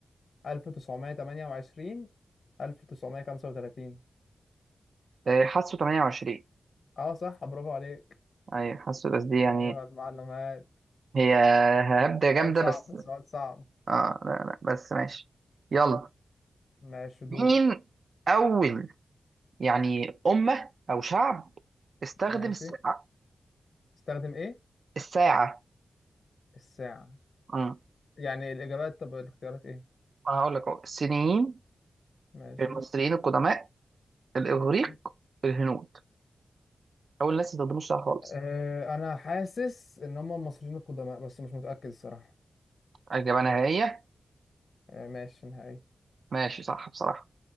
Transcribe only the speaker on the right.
آه، حاسه 28
ايوه حاسه بس دي يعني
هي هبدة جامدة
بس
اه لا لا بس ماشي يلا
مين
اول يعني امة او شعب استخدم
الساعة
الساعة
امم
انا هقول لك اهو الصينيين
المصريين القدماء الاغريق
الهنود اول ناس ما استخدموش الساعة خالص
اجابة نهائية
ماشي صح بصراحة